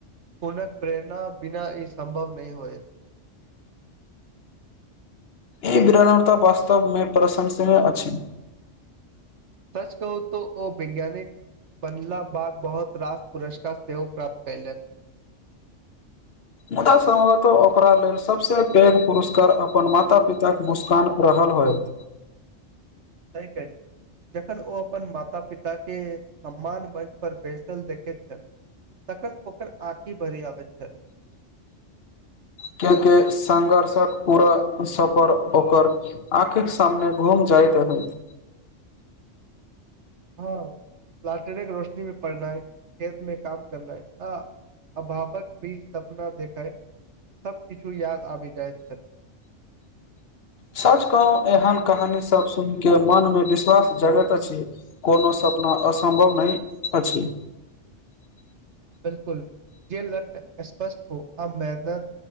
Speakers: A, on the right; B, on the left.
A: हूनक प्रेरणा बिना ई संभव नहि होएत
B: ई विरानता वास्तव मे प्रशंसनीय अछी
A: सच कहू तोऽ ओ वैज्ञानिक बनला बाद बहुत रास पुरस्कार सेहो प्राप्त कैलेक
B: मुदा समतो ओकरा लेल सबसे पैघ पुरस्कार अपन माता पिता के मु नुकसान प्रहल होयत
A: सही कहलियै जखन ओ अपन माता पिता के सम्मान मंच पर बैसल देखैते छल तखन ओकर आँखि भरी आबैत छल
B: कियाकि संघर्षक पूरा सफर ओकर आखीक सामने घुम जाइत होत
A: हँ लाटेने के रोशनी मे पढनाय खेत मे काम करनाय हँ अभावक बीच सपना देखाय सबकछु याद आबि जाइत छल
B: सच क एहन कहानी सब सुन के मन मे विश्वास जगैत अछि कोनो सपना असम्भव नहि अछि
A: बिल्कुल जे लत स्पष्ट हो आ मेहनत